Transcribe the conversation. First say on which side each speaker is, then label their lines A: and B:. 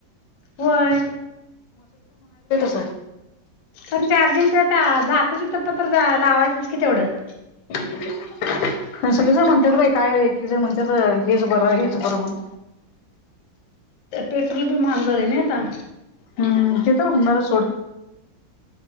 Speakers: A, on the left; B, on the left.
A: होय
B: <unintelligible>
A: पण चार्जिंग आता जातय तिथ पथर ज.. लावायचच कि तेवढं
B: <inaudible> खरं सगळे जण म्हणतात काय की एकेकजण म्हणतात हेच बरं हेच बरं म्हणून.
A: पेट्रोलची बी लई महाग झाले नाही आता
B: हम्म ते तर होुणार सोड